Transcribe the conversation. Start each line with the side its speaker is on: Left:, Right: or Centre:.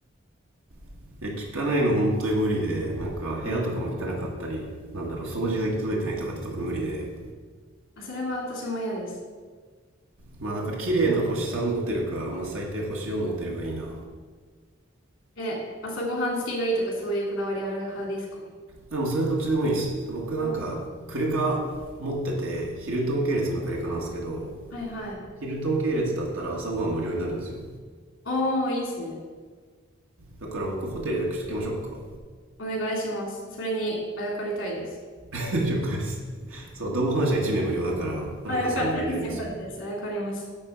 Right: <laughs> いや汚いの本当に無理でなんか部屋とかも汚かったりなんだろう掃除が行き届いてないとかってところ無理で
Left: はいはいあ、それは私も嫌です。
Right: まあだから綺麗な星3のホテルか、まあ、最低星4のホテルがいいな
Left: え、朝ごはん付きがいいとかそういうこだわりある派ですか
Right: でもそれはどっちでもいいです僕なんかクレカ持っててヒルトン系列のクレカなんですけど
Left: あ、はいはい。
Right: ヒルトン系列だったら朝ごはん無料になるんですよ
Left: おー、いいですね。
Right: だから僕ホテル予約しときましょうか
Left: お願いします。それにあやかりたいです。
Right: 了解ですそう同伴者1名無料だからはるかさん無料になりますよ
Left: あ、よかったです。よかったです。あやかります。